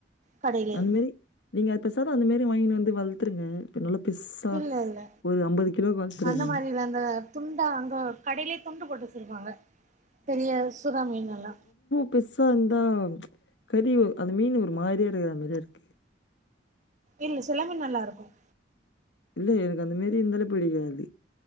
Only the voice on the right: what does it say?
கடையிலயே
இல்ல இல்ல
அந்த மாரி இல்ல அந்த துண்டா அங்க கடைய்லே துண்டு போட்டு வச்சிருப்பாங்க பெரிய சுறா மீனு எல்லா
இல்ல சில மீன் நல்லா இருக்கும்